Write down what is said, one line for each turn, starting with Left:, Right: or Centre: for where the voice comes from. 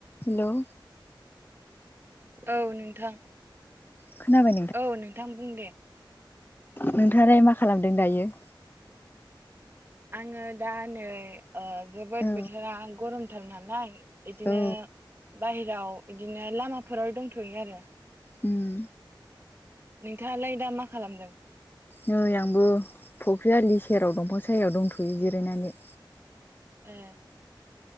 Left: हेल'
Right: औ नोंथां
Left: खोनाबाय
Right: औ नोंथां बुं दे।
Left: नोंथाङा दायो मा खालामदों दायो?
Right: आङो दा नै ओ जोबोद
Left: औ
Right: बोथोरा गरमथार नालाय बिदिनो
Left: औ
Right: बाहेराव बिदिनो लामा फोराव दंथ'यो आरो।
Left: उम।
Right: नोंथाङा लाय दा मा खालामदों?
Left: नै आंबो फख्रि आलि सेराव दंफां सायायाव दंथ'यो जिरायनानै।
Right: ए।